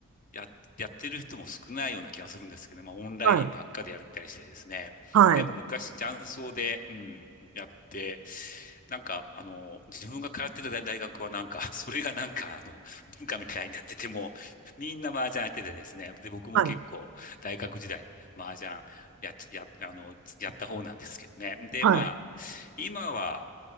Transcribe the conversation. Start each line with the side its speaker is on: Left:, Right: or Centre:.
Left: や、やってる人も少ないような気がするんですけどね、まあオンラインばっかでやったりしてですね。
Right: はい、はい、
Left: でも昔雀荘で、うん、やって、なんかあの、自分が通ってた大大学はなんか、<laughs> それがなんかあの、文化みたいになってても、みんな麻雀やっててですね。で、僕も結構大学時代、
Right: はい、
Left: 麻雀やっち、や、あの、やった方なんですけどね。で、
Right: はい。
Left: まあ、今は、